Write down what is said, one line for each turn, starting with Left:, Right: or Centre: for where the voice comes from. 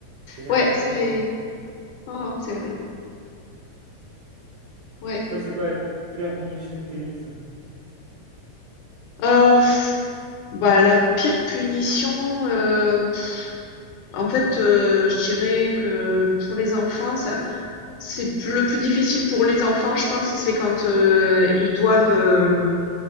Right: C'est-à-dire
Left: ouais,
Right: à
Left: c'est.
Right: quel point.
Left: Non, non, c'est vrai. Ouais.
Right: Toi, c'est quoi la pure punition que t'es mise?
Left: Euh, pff, bah, la pire punition, euh, pff, en fait, euh, je dirais que pour les enfants, ça, C'est plus le plus difficile pour les enfants, je pense, c'est quand, heu, ils doivent, hem,